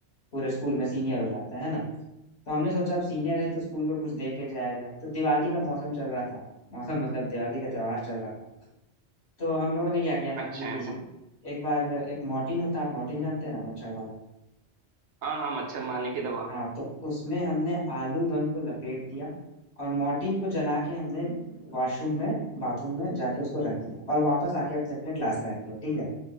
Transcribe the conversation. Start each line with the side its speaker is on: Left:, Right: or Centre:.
Left: पूरे स्कूल में सीनियर हो जाते हैं ना तो हमने सोचा अब सीनियर है तो स्कूल में कुछ दे के जाया जाए तो दिवाली का मौसम चल रहा था मौसम मतलब दिवाली का त्योहार चल रहा था तो हम लोगों ने क्या किया ना
Right: अच्छा
Left: कि
Right: है ऐसा
Left: एक बार एक मॉर्टिन होता है आप मॉर्टिन जानते हैं ना मच्छर वाला
Right: हाँ हाँ मच्छर मारने की दवा
Left: हाँ तो उसमें हमने आलू बम को लपेट दिया और मॉर्टिन को जला के हमने वॉशरूम में बाथरूम में जाके उसको रख दिया और वापस आके अपने अपने क्लास बैठ गया ठीक है